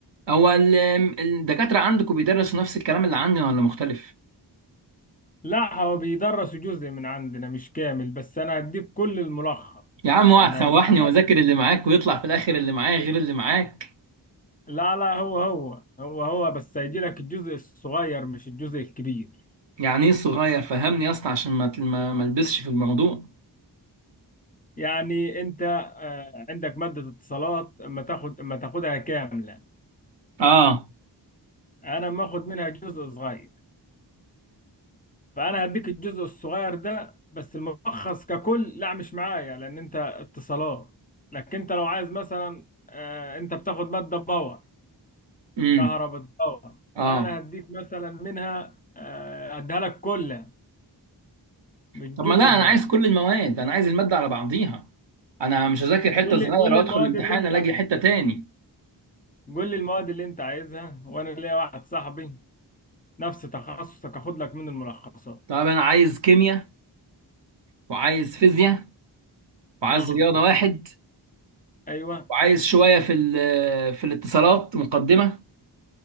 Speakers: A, on the right (about 75°); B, on the left (about 20°).
A: هو ال- الدكاتره عندكم بيدرسوا نفس الكلام اللي عندنا ولا مختلف
B: لا هو بيدرس جزء من عندنا مش كامل بس انا هديك كل الملخص
A: يا عم
B: يعني
A: اوعى تسوحني
B: هيبقى معاك
A: واذاكر اللي معاك ويطلع في الاخر اللي معايا غير اللي معاك
B: لا لا هو هو هو هو بس هيجي لك الجزء الصغير مش الجزء الكبير
A: يعني ايه صغير فهمني يا اسطى عشان ما ما ما البسش في الموضوع
B: يعني انت آه، عندك مادة اتصالات اما تاخد اما تاخدها كاملة
A: اه
B: انا ما اخد منها جزء صغير فانا هديك الجزء الصغير ده بس الملخص ككل لا مش معايا لان انت اتصالات لكن انت لو عايز مثلا آه، انت بتاخد مادة باور
A: امم
B: كهرباء الدورة فأنا
A: اه
B: هديك مثلا منها آه، هديها لك كلها مش جزء
A: طب ما لا
B: صغير
A: انا عايز كل المواد انا عايز الماده على بعضيها انا مش هذاكر حته
B: قول
A: صغيره
B: لي قول لي
A: وادخل
B: المواد
A: الامتحان
B: اللي أنت
A: الاقي حته تاني
B: قول لي المواد اللي أنت عايزها وأنا ليا واحد صاحبي نفس تخصصك هاخد لك من الملخصات
A: طب انا عايز كيمياء وعايز فيزياء وعايز
B: امم
A: رياضه واحد
B: أيوه
A: وعايز شويه في ال- في الاتصالات مقدمه